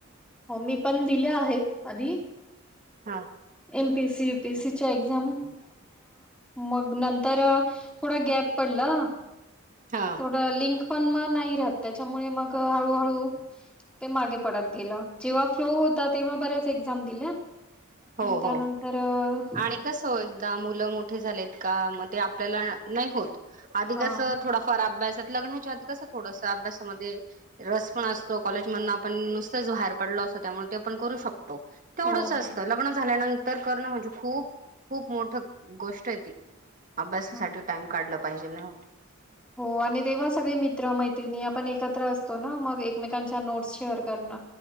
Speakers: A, in the centre; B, on the right.
A: मी पण दिल्या आहेत आधी
B: हा
A: एमपी युपीएससी एक्झाम मग नंतर थोडा गॅप पडला,
B: हा
A: थोडं लिंक पण मग नाही राहत त्यामुळे मग हळू हळू ते मागे पडत गेल. जेव्हा फ्लो होता तेव्हा बऱ्याच एक्झाम दिल्या.
B: हो
A: मग त्यानंतर
B: हो
A: अ,
B: आणि कस मुलं मोठे झालेत का मग ते आपल्याला नाही होत आधी
A: हां.
B: कस थोडाफार अभ्यास लग्नाच्या आधी कस थोडस अभ्यासामध्ये रस पण असतो, कॉलेज मध आपण नुसतच बाहेर पडलो त्यामुळे आपण करू शकतो. तेवढच
A: हो.
B: लग्न झाल्यानंतर करणं म्हणजे खूप खूप मोठ अ गोष्ट आहे ती. अभ्यासासाठी
A: हं.
B: टाइम काढला पाहिजे ना.
A: <unintelligible> सगळे मित्र मैत्रिणी आपण एकत्र असतो ना मग एकमेकांच्या नोट्स शेअर करण